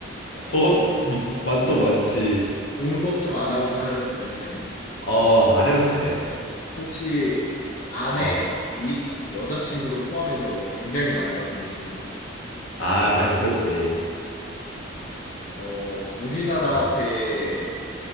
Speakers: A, on the left; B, on the left.
A: 돈 미- 완전 많지.
B: 돈 걱정 안 하고 살아도 되는 애니?
A: 어, 안 해도 돼.
B: 혹시, 아내
A: 어.
B: 및 여자친구를 포함해서 굉장히 많이 바뀐 친구니?
A: 아, 많이 바뀌었지.
B: 어, 우리나라
A: 어.
B: 대